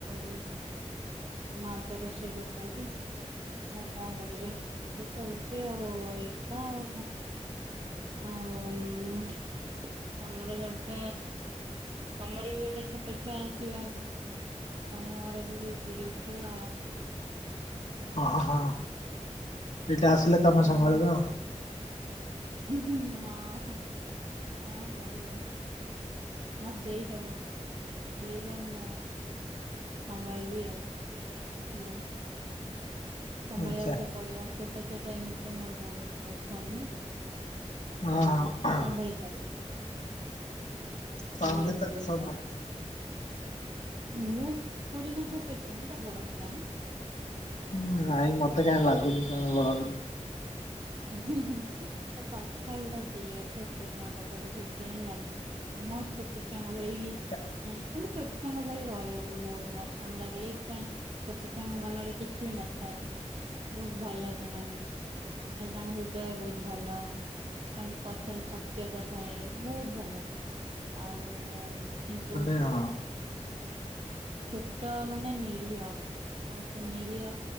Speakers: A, on the right; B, on the left.
A: ଉଁ, ମା ତ ରୋଷେଇ କରୁଛନ୍ତି। ଆଉ କଣ କରିବେ? <inaudible> ସେ ଆଉ ଏଇ କଥା ଆଉ କଣ। ଆଉ <unintelligible> ଆମର ଯୌଥ ତୋମର ବି ଗୋଟେ ଛୋଟ ଛୁଆ ଆସିବ ଆଗକୁ। ତୋମ ଘରେ ବି <unintelligible> ପୁରି ଉଠିବ।
B: ହଁ, ହଁ ଏଇଟା ଆସିଲେ ତୋମେ
A: ତମ
B: ସମ୍ଭାଳିବ।
A: ଘର <unintelligible> ହଁ, ହଁ କଣ କରିବା? ମୋତ ଦେଇଦବ ଦେଇଦବ ମୁଁ ସମ୍ଭାଳିବି ଆଉ କିଛି ନାହିଁ। ସମ୍ଭାଳିବାକୁ
B: ଆଚ୍ଛା
A: ତ ପଡିବ। ଛୋଟ ଛୁଆ ତ ଏମିତିରେ ମୋର ବହୁତ ପସନ୍ଦ।
B: ହଁ
A: ମୁଁ
B: ହଁ।
A: ସମ୍ଭାଳି ପାରିବି।
B: ତମେ
A: ସମ୍ଭଳି
B: ତାକୁ
A: ପାରିବିନି
B: ସମ୍ଭାଳିବ
A: <unintelligible> ମୁଁ ଥୋଡି ନା ଛୋଟ ଛୁଆ, ମୁଁ ତ ବଡ ପିଲା ନା?
B: ଉଁ, ନାଇଁ ମୋତେ କାଇଁ ଲାଗୁନି ତୋମେ ବଡ ପିଲା।
A: ତୋମ କଥା ଗୁଡା ସେଇଆ ଛୋଟ ଛୁଆଙ୍କ ପରି ସେଥିପାଇଁ ଲାଗୁଛି। ମୋ ଛୋଟ ଛୁଆଙ୍କ ଭଳି
B: ଚା
A: ହଁ ତ ମୋତେ ଛୋଟ ଛୁଆଙ୍କ ଭଳି ରହିବାକୁ ବି ବହୁତ ପସନ୍ଦ ଲାଗେ। ଏଇଥିପାଇଁ ଛୋଟ ଛୁଆଙ୍କ ମନରେ କିଛି ବି ନଥାଏ ବହୁତ ଭଲ ସେମାନେ। ସେ ତାଙ୍କ ହୃଦୟ ବହୁତ ଭଲ। ତାଙ୍କ କଥାରେ ସତ୍ୟତା ଥାଏ। ବହୁତ ଭଲ। ଆଉ ଉଁ, କିନ୍ତୁ
B: ଏ ହଁ।
A: ଛୋଟ ମାନେ ନିରୀହ। ଆଉ ସେ ନିରୀହ